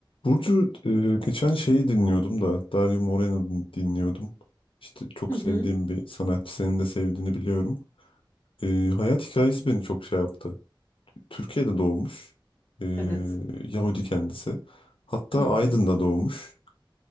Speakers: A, on the left (about 90°); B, on the left (about 25°).
A: Burcu e, geçen şeyi dinliyordum da Dario Moreno dinliyordum. İşte çok
B: Hı hı,
A: sevdiğim bir sanatçı senin de sevdiğini biliyorum. E, hayat hikayesi beni çok şey yaptı. Türkiye'de doğmuş. E,
B: evet.
A: Yahudi kendisi. Hatta
B: Hı hı,
A: Aydın'da doğmuş.